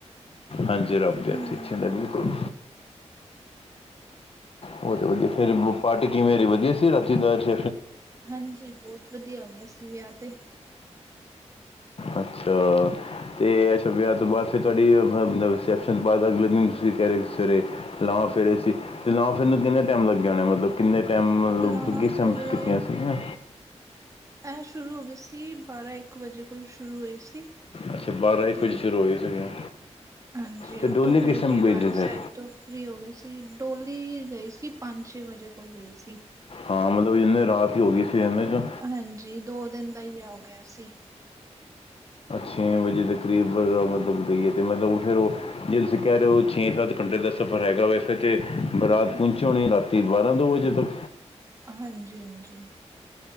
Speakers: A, on the left; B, on the right.
A: ਹਾਂਜੀ ਰੱਬ ਦੇ ਹੱਥ
B: ਹੂੰ।
A: ਵਿੱਚ ਹੀ ਹੁੰਦਾ ਬਿਲਕੁੱਲ। ਉਹ ਤੇ ਵਧੀਆ ਫਿਰ ਪਾਰਟੀ ਕਿਵੇਂ ਰਹੀ ਵਧੀਆ ਸੀ ਰਾਤੀ ਵਿਆਹ ਚੱ
B: ਹਾਂਜੀ ਬਹੁਤ ਵਧੀਆ ਹੋ ਗਿਆ ਸੀ ਵਿਆਹ ਤੇ
A: ਅੱਛਾ ਤੇ ਅੱਛਾ ਵਿਆਹ ਤੋਂ ਬਾਅਦ ਫਿਰ ਤੁਹਾਡੀ ਰਿਸ਼ੈਪਸ਼ਨ ਤੋਂ ਬਾਅਦ ਅਗਲੇ ਦਿਨ ਤੁਸੀਂ ਕਹਿ ਰਹੇ ਹੋ ਸਵੇਰੇ ਲਾਵਾਂ ਫੇਰੇ ਸੀ ਤੇ ਲਾਵਾਂ ਫੇਰੇ ਨੂੰ ਕਿੰਨਾ ਟਾਈਮ ਲੱਗ ਹੋਣਾ ਮਤਲੱਬ ਕਿੰਨੇ ਟਾਈਮ ਮਤਲੱਬ
B: ਲਾਵਾਂ
A: ਕਿਸ
B: ਫੇਰੇ
A: ਟਾਈਮ 'ਚ ਕੀਤੀਆਂ ਸੀਗੀਆਂ
B: ਇਹ ਸ਼ੁਰੂ ਹੋ ਗਈ ਸੀ ਬਾਰ੍ਹਾਂ ਇੱਕ ਵਜੇ ਕੋਲ ਸ਼ੁਰੂ ਹੋਈ ਸੀ
A: ਅੱਛਾ ਇੱਕ
B: ਤੇ
A: ਵਜੇ ਸ਼ੁਰੂ ਹੋਈ ਸੀਗੀਆਂ
B: ਹਾਂਜੀ
A: ਤੇ
B: ਉਥੋਂ
A: ਡੋਲੀ ਕਿਸਮ
B: ਫਿਰ ਗੁਰੂਦੁਆਰੇ
A: ਗਈ ਸੀ
B: ਸਾਹਿਬ
A: ਫਿਰ
B: ਤੋਂ ਫਰੀ ਹੋ ਗਈ ਸੀ ਡੋਲੀ ਗਈ ਸੀ ਪੰਜ ਛੇ ਵਜੇ ਕੋਲ ਗਈ ਸੀ
A: ਹਾਂ ਮਤਲੱਬ ਜਿੰਨੇ ਰਾਤ ਹੀ ਹੋ ਗਈ ਸੀ ਇਹਨੇ ਚੱ
B: ਹਾਂਜੀ ਦੋ ਦਿਨ ਦਾ ਹੀ ਵਿਆਹ ਹੋ ਗਿਆ ਸੀ
A: ਛੇ ਵਜੇ ਦੇ ਕਰੀਬ ਮਤਲੱਬ ਗਈਏ ਅਤੇ ਮਤਲੱਬ ਫਿਰ ਉਹ ਜੇ ਤੁਸੀਂ ਕਹਿ ਰਹੇ ਹੋ ਛੇ ਸੱਤ ਘੰਟੇ ਦਾ ਸਫ਼ਰ ਹੈਗਾ ਵੈ ਫਿਰ ਤੇ ਬਰਾਤ ਪਹੁੰਚੀ ਹੋਣੀ ਰਾਤੀ ਤੇ ਬਾਂਰਾਂ ਦੋ ਵਜੇ ਤੱਕ
B: ਹਾਂਜੀ ਹਾਂਜੀ